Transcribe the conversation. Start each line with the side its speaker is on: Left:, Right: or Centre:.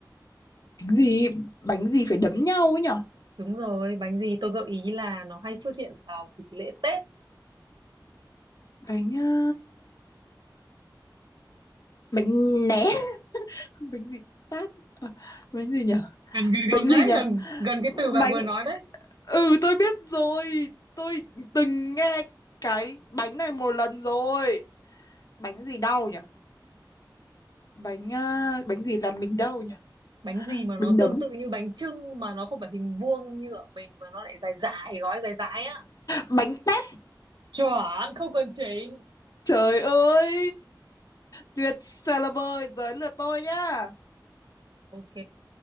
Left: bánh gì? Bánh gì phải đấm nhau ấy nhỉ
Right: đúng rồi bánh gì tôi gợi ý là nó hay xuất hiện vào dịp lễ Tết
Left: Bánh à, bánh né. Bánh gì? Tát. Ờ, bánh gì nhỉ
Right: gần gần
Left: Bánh
Right: gần
Left: gì
Right: đấy
Left: nhỉ?
Right: gần gần cái từ bà
Left: bánh
Right: vừa nói đấy
Left: ừ tôi biết rồi tôi từng nghe cái bánh này một lần rồi bánh gì đau nhỉ bánh ờ, bánh gì làm mình đau nhỉ
Right: bánh gì mà nó
Left: bánh
Right: tương
Left: đấm
Right: tự như bánh chưng mà nó không phải hình vuông như ở mình mà nó lại dài dài gói dài dài á
Left: bánh tét
Right: chuẩn không cần chỉnh
Left: trời ơi tuyệt vời là vời giới lượt tôi nhá
Right: ok